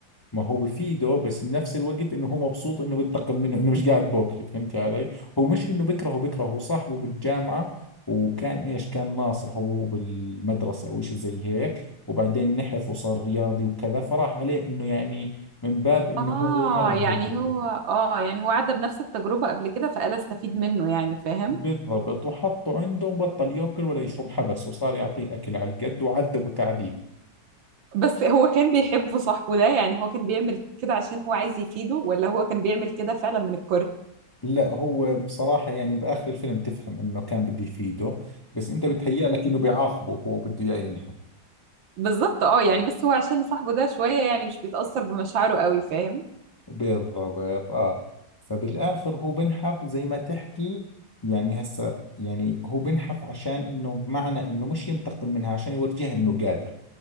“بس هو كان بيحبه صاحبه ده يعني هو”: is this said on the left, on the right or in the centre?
Right